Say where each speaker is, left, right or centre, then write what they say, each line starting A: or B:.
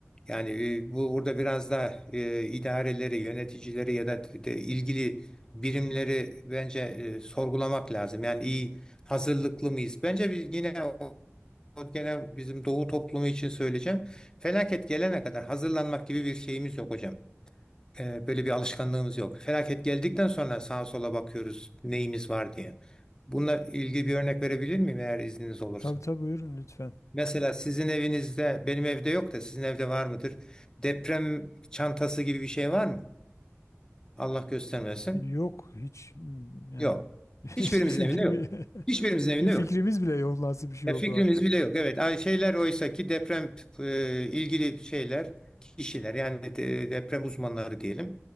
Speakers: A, on the left; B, on the left.
A: Yani e, bu burada biraz da e, idareleri, yöneticileri ya da de ilgili birimleri bence e, sorgulamak lazım. Yani iyi hazırlıklı mıyız? Bence biz yine o- o gene bizim Doğu toplumu için söyleyeceğim. Felaket gelene kadar hazırlanmak gibi bir şeyimiz yok hocam. E, böyle bir alışkanlığımız yok. Felaket geldikten sonra sağa sola bakıyoruz neyimiz var diye. Bununla ilgili bir örnek verebilir miyim eğer izniniz olursa?
B: Tabii tabii buyurun lütfen.
A: Mesela sizin evinizde, benim evde yok da sizin evde var mıdır? Deprem çantası gibi bir şey var mı? Allah göstermesin.
B: Yok hiç mm, yani
A: Yok.
B: <laughs>
A: Hiçbirimizin
B: hiçbir fikrim
A: evinde yok. Hiçbirimizin
B: <laughs>
A: evinde
B: bir fikrimiz
A: yok.
B: bile yok nasıl bir şey
A: Ya
B: olduğu
A: fikrimiz
B: hakkında.
A: bile yok. Evet, ay şeyler oysa ki deprem e, ilgili şeyler, kişiler yani de- deprem uzmanları diyelim.